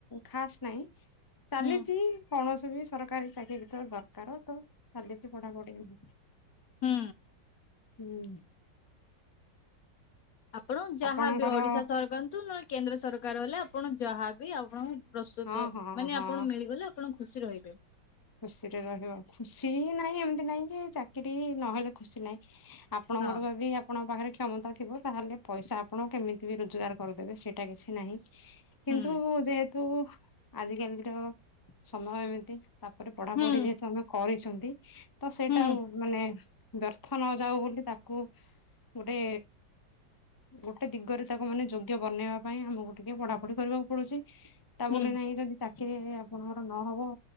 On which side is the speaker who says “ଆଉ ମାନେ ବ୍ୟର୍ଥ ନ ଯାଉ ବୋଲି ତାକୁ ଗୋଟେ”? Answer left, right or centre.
Left